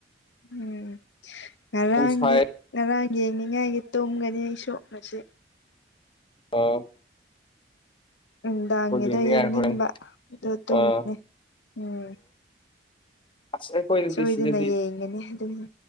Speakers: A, on the left (about 75°); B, on the left (about 30°).
A: ꯎꯝ ꯉꯔꯥꯡꯒꯤ
B: ꯁꯥꯏ
A: ꯉꯔꯥꯡ ꯌꯦꯡꯅꯤꯡꯉꯥꯏꯒꯤ ꯇꯨꯝꯒꯅꯤ ꯑꯩꯁꯨ ꯑꯁꯤ
B: ꯑꯧ
A: ꯅꯨꯡꯗꯥꯡꯒꯤꯗ‌ꯣ
B: ꯌꯦꯡꯅꯤꯡꯉꯥꯏ
A: ꯌꯦꯡꯅꯤꯡꯕ
B: ꯍꯣꯔꯦꯟ
A: ꯑꯗꯨ ꯇꯨꯝꯒꯅꯤ
B: ꯑꯥ
A: ꯎꯝ
B: ꯑꯁ ꯑꯩꯈꯣꯏꯗꯗꯤ
A: ꯁꯣꯏꯗꯅ
B: ꯁꯤꯗꯗꯤ
A: ꯌꯦꯡꯒꯅꯤ ꯑꯗꯨꯒꯤ